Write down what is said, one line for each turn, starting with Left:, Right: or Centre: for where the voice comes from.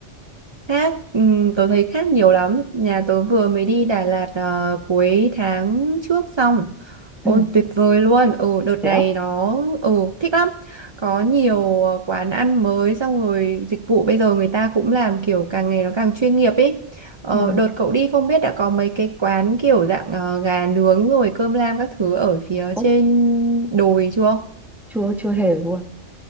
Right: Khác, ừm, tớ thấy khác nhiều lắm. Nhà tớ vừa mới đi Đà Lạt ờ, cuối tháng trước xong. Ôi
Centre: Ừ,
Right: tuyệt vời luôn. Ừ đợt
Centre: thế
Right: này
Centre: á?
Right: nó ừ thích lắm. Có nhiều ờ, quán ăn mới xong rồi dịch vụ bây giờ người ta cũng làm kiểu càng ngày nó càng chuyên nghiệp ý. Ờ,
Centre: Ừ.
Right: đợt cậu đi không biết đã có mấy cái quán kiểu dạng ờ, gà nướng rồi cơm lam các thứ ở phía trên
Centre: Ố,
Right: đồi chưa?
Centre: chưa chưa hề luôn.